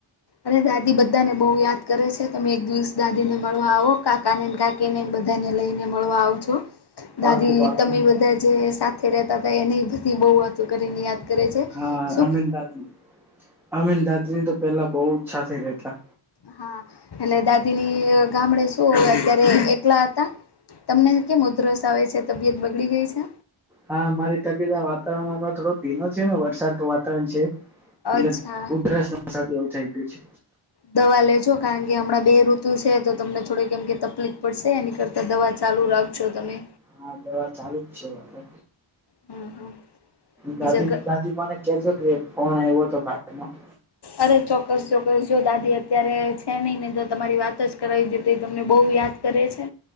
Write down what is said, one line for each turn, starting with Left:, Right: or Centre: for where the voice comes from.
Left: અનેરે દાદી બધા ને બહુ યાદ કરે છે તમે એક દિવસ દાદી ને મળવા આવો કાકા ને કાકી કેને બધાને લઈને મળવા આવજો.
Centre: પાકું
Left: દાદી
Centre: પાકું
Left: તમે બધા જે સાથે રતા હતાા એને બધી બહુ વાતો કરીને યાદ કરે છે.
Centre: હા
Left: સુખ
Centre: અમીન દાદી અમીન દાદી ની તો પેલા બહ જ સાથે રેતા.
Left: હા એટલે દા દી ગામડે શું અત્યારે એકલા હતા. તમને કેમ ઉધરસ આવે છે? તબિયત બગડી ગઈ છે?
Centre: હા મારી તબયત વાતાવરણમાં થોડો ભીનો છે ને વરસાદ ન વાતાવરણ છે એટલે
Left: અચ્છા.
Centre: ઉધરસ એવું થઈ ગયું છે.
Left: દવા લેજો કારણ કે હમણાં બે ઋતુ છે તો તમને થોડીકમ કે તફલીક પડશે એની કરતા દવા ચાલુ રાખ <unintelligible>
Centre: હા દવા ચાલુ જ છે મારે.
Left: હમ હા.
Centre: દાદી
Left: બીજા
Centre: દાદી મને કેજો ત ફોન આવ્યો હતો. <inaudible>
Left: અરે ચોક્કસ ચોક્કસ જો દાદી અત્યારે છે નહી ને જો તમારી વાત જ કરાવી દેત તમને બહુ યાદ કરે છે